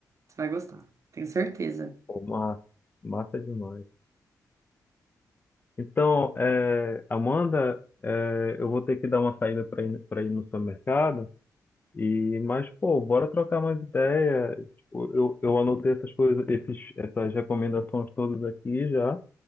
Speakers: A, on the right (about 45°); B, on the left (about 25°).
A: Você vai gostar, tenho certeza.
B: Pô, ma- massa demais. Então, é, Amanda, é, eu vou ter que dar uma saída para ir, para ir no supermercado. E, mas, pô, bora trocar mais ideia. Tipo, eu, eu anotei essas coisas, esses, essas recomendações todas aqui já.